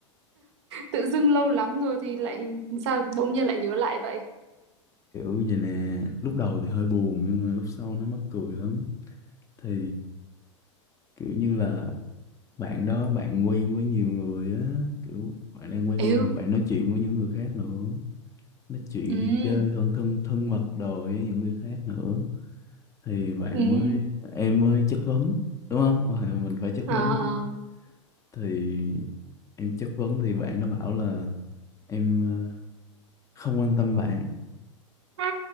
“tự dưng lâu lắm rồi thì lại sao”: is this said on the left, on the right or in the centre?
Right